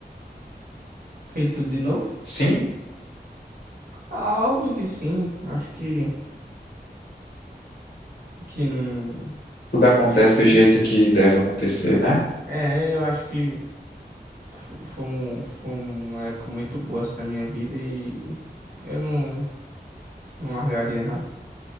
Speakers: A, on the right; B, on the left.
A: Fez tudo de novo?
B: sim?
A: Ah, Óbvio que sim. Acho que, que...
B: Tudo acontece
A: Acho que sim.
B: do jeito que deve acontecer, né?
A: É, eu acho que fo- foi, um, foi uma época muito boa assim, na minha vida e eu não, não largaria, não.